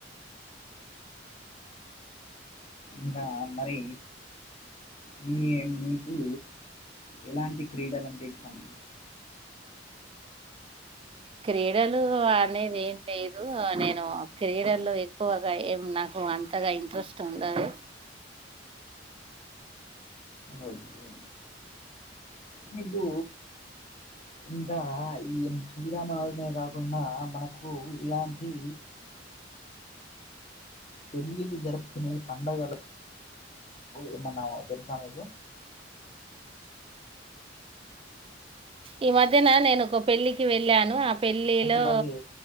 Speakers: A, on the left; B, on the right.
A: ఇంకా మరి మీ మీకు ఎలాంటి క్రీడలంటే ఇష్టం
B: క్రీడలు అనేది ఏం లేదు నేను క్రీడల్లో ఎక్కువగా ఏం నాకు అంతగా ఇంట్రెస్ట్ ఉండదు
A: ఒకే మీకు ఇంకా ఈ శ్రీరామనవమి కాకుండా మనకు ఇలాంటి పెళ్ళిళ్లు జరుపుకునే పండగలు ఏమన్నా తెలుసా మీకు
B: ఈ మధ్యన నేను ఒక పెళ్ళికి వెళ్ళాను ఆ పెళ్ళిలో
A: అంటే ఇలాగే